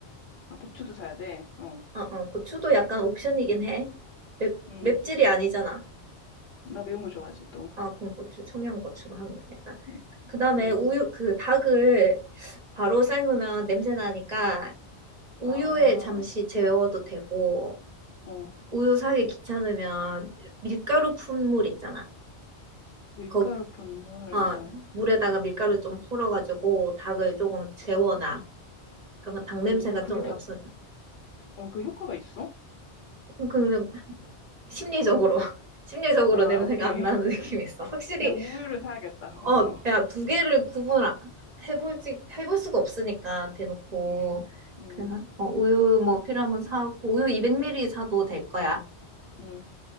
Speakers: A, on the left; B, on the right.
A: 아, 고추도 사야 돼. 어,
B: 어, 어, 고추도 약간 옵션이긴 해. 맵,
A: 응.
B: 맵찔이 아니잖아.
A: 나 매운 거 좋아하지, 또.
B: 아, 그럼 고추, 청양고추로 하면 되겠다.
A: 응.
B: 그다음에
A: 응.
B: 우유, 그 닭을 바로 삶으면 냄새 나니까 우유에
A: 아,
B: 잠시 재워도 되고,
A: 어,
B: 우유 사기 귀찮으면 밀가루 푼 물 있잖아.
A: 밀가루
B: 거,
A: 분말,
B: 어,
A: 어.
B: 물에다가 밀가루 좀 풀어가지고 닭을 조금 재워놔. 그러면 닭 냄새가
A: 오, 그게
B: 좀 없어져.
A: 다, 어, 그 효과가 있어?
B: 그 심리적으로 <laughs> 심리적으로
A: 아,
B: 냄새가
A: <laughs> 오케이.
B: 안 나는 <laughs> 느낌이 있어. 확실히
A: 그냥 우유를 사야겠다. <laughs> 어.
B: 어, 야, 두 개를 구분 아- 해볼지 해볼 수가 없으니까 대놓고
A: 음, 음,
B: 그냥 어, 우유 뭐 필요하면 사고 우유 200ml 사도 될 거야.
A: 음.